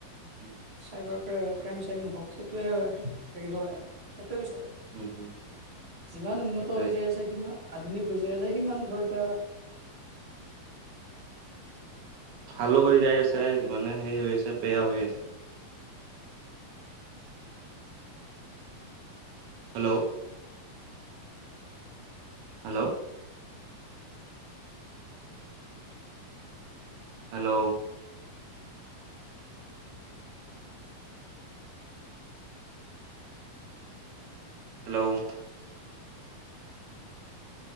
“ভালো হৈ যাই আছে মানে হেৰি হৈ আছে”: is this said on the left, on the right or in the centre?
Right